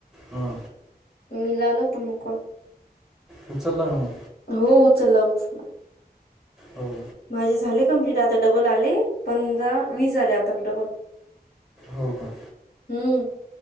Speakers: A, in the centre; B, on the left (about 70°).
A: हा.
B: मि लावला होता मग कॉल.
A: उचलला का मग?
B: हो उचला उचला.
A: हो.
B: माझे झाले कम्प्लीट आता डबल आले. पंधरा वीस आले आता डबल.
A: हो का?
B: हम्म.